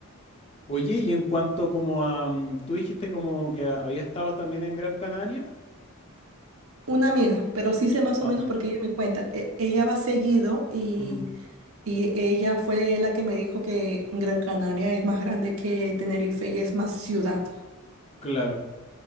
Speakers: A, on the left; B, on the right.
A: Oye, y en cuanto como a... mm, Tú dijiste como que habías estado también en Gran Canaria.
B: Una amiga, pero sí sé más o
A: Ah,
B: menos porque ella me cuenta, e- ella va seguido y...
A: ujú,
B: Y ella fue la que me dijo que Gran Canaria es más grande que Tenerife y es más ciudad.
A: claro.